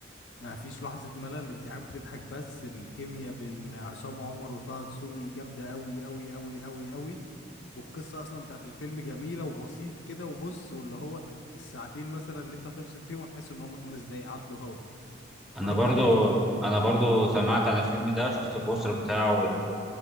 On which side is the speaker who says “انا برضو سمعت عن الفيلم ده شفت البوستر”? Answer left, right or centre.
Centre